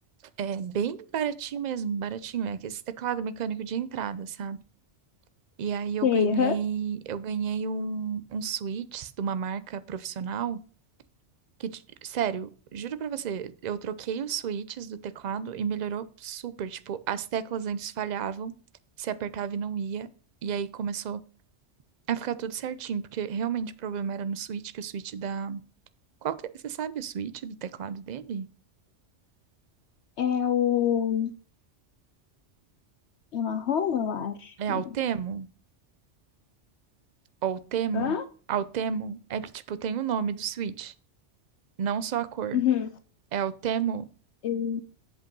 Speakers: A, on the right (about 45°); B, on the left (about 70°).
A: É bem baratinho mesmo, baratinho. É esse teclado mecânico de entrada, sabe? E aí eu
B: Sei,
A: ganhei,
B: aham.
A: eu ganhei um, um switch de uma marca profissional que, t- sério, juro pra você, eu troquei os switches do teclado e melhorou super. Tipo, as teclas antes falhavam, se apertava e não ia. E aí começou a ficar tudo certinho, porque realmente o problema era no switch, que o switch da... Qual que... é? Você sabe o switch do teclado dele?
B: É o. É marrom, eu acho.
A: É Altemo? ou Temu,
B: Hã?
A: Altemo, é que, tipo, tem o nome do Switch, não só a cor.
B: Uhum.
A: É Altemo.
B: Eu,